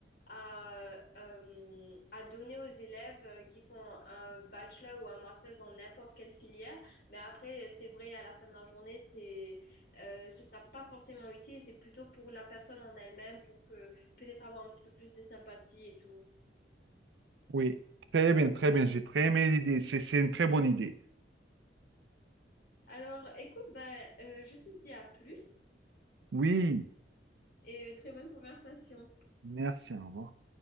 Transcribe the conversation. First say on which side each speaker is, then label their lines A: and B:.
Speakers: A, on the left; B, on the right.
A: à, euh, à donner aux élèves euh, qui font un bachelor ou un master en n'importe quelle filière. Mais après, c'est vrai, à la fin de la journée, c'est, euh, ce sera pas forcément utile. C'est plutôt pour la personne en elle-même, pour que peut-être avoir un petit peu plus de sympathie et tout.
B: Oui, très bien, très bien. J'ai très aimé l'idée. C'est c'est une très bonne idée.
A: Alors, écoute, bah, euh, je te dis à plus
B: Oui.
A: et euh, très bonne conversation.
B: Merci, au revoir.